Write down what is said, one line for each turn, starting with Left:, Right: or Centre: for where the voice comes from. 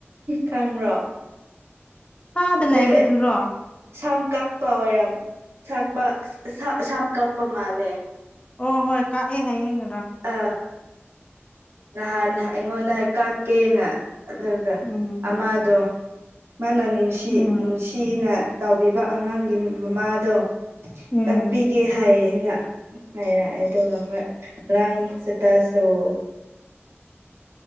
Right: ꯈꯪꯕ꯭ꯔꯣ
Left: ꯑꯥꯗ ꯂꯩꯕꯗꯨꯔꯣ
Right: ꯅ ꯁꯝ ꯀꯥꯛꯄ ꯑꯣꯏꯔꯝ ꯁꯛꯄ ꯁꯝ ꯀꯛꯄ ꯃꯥꯜꯂꯦ
Left: ꯑꯣ ꯍꯣꯏ ꯀꯥꯛꯑꯦ ꯍꯥꯏꯌꯦꯡ
Right: ꯑ ꯅꯍꯥꯟꯉꯣꯟ
Left: ꯌꯥꯝ
Right: ꯅ ꯀ ꯀꯦꯅ ꯑꯗꯨꯒ
Left: ꯎꯝ
Right: ꯑꯃꯗꯣ ꯃꯥꯅ ꯅꯨꯡꯁꯤ
Left: ꯎꯝ
Right: ꯅꯨꯡꯁꯤꯅ ꯇꯥꯎꯕꯤꯕ ꯑꯉꯥꯡꯒꯤ ꯃꯃꯥꯗꯣ
Left: ꯎꯝ
Right: ꯀꯛꯄꯤꯒꯦ ꯍꯥꯏꯌꯦꯅ ꯍꯥꯏꯔꯛꯑꯦ ꯑꯗꯨꯒ ꯔꯥꯡ ꯆꯇꯥ ꯁꯧ